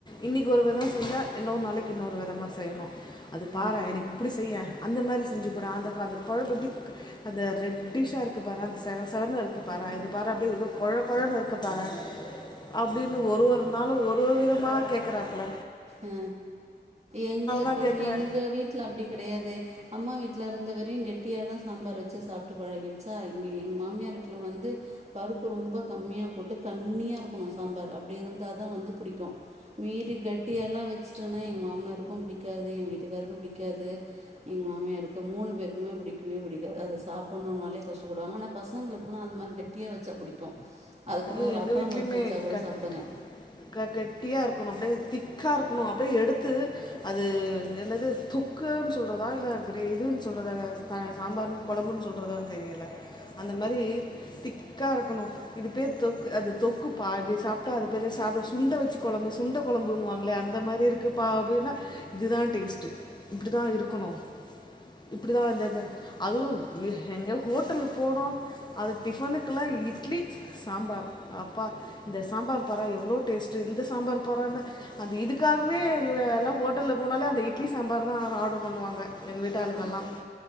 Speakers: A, on the left (about 25°); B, on the right (about 40°).
A: இன்னைக்கு ஒரு வெதோ செஞ்சா இன்னொரு நாளைக்கு இன்னொரு விதமா செய்யணு அது பாற
B: ம்
A: எனக்கு இப்டி செய்ய அந்த மாரி செஞ்சு குட அந்த அந்த கொழம்ப எப்டி அந்த ரெட்டிஷா இருக்கு பாற அந்த செவ செவ னு இருக்கு பாற இது பாற கொழ கொழ னு இருக்கு பாற அப்டினு ஒரு ஒரு நாளு ஒரு ஒரு விதமா கேக்குறாப்ல
B: ஆ எங்களுக்கு
A: தா கேக்குறே
B: எங்க வீட்ல அப்டி கெடையாதே அம்மா வீட்ல இருந்தவரையு கெட்டியாதா சாம்பார் வச்சு சாப்ட்டு பழகிடுச்சா இங்க எங்க மாமியார் வீட்ல வந்து பருப்பு ரொம்ப கம்மியா போட்டு தண்ணியா இருக்கணு சாம்பார் அப்டி இருந்தாதா வந்து புடிக்கு மீறி கட்டியலா வச்சுட்டோனா எங்க மாமனாருக்கு புடிக்காது எங்க வீட்டுக்காருக்கு புடிக்காது எங்க மாமியாருக்கு மூணு பேருக்குமே புடிக்கவே புடிக்காது அத சாப்புணுனாலே கஷ்டப்படுவாங்க ஆனா பசங்களுக்குலா அந்த மாரி கெட்டியா வைச்சா புடிக்கு அது
A: ஐயோ
B: கூட ஒரு
A: எங்கள்
B: அப்பளம்
A: வீட்லேயுமே
B: வறுத்து வைச்சா கூட
A: கட்
B: சாப்டுங்க
A: க கெட்டியா இருக்கணு அப்டியே திக்கா இருக்கணு அப்டியே எடுத்து அது என்னது தொக்குன் சொல்றதா இல்ல கிரே இதுன் சொல்றதா சாம்பார் கொழம்புன் சொல்றதான் தெரியல அந்த மாரி திக்கா இருக்கணு இது பேர் தொக் அது தொக்கு பாதி சாப்ட்டா அது பெரிய சாப்ட சுண்ட வச்சு கொழம்பு சுண்ட கொழம்புண்ணுவாங்களே அந்த மாரி இருக் க்குபா அப்டினா இதுதா டேஸ்ட் இப்டிதா இருக்கணு இப்படிதா வந்தத அதுவு எங்க ஹோட்டலு போனோ அது டிஃபனுக்குல்லா இட்லி சாம்பார் அப்பா இந்த சாம்பார் பாற எவ்ளோ டேஸ்ட் இந்த சாம்பார் பாறன்ன அந்த இதுக்காகவே எங்க எல்லா ஹோட்டல்ல போனாலே அந்த இட்லி சாம்பார் தா ஆர்டர் பண்ணுவாங்க எங்க வீட்டு ஆளுங்கல்லா
B: அதுதான்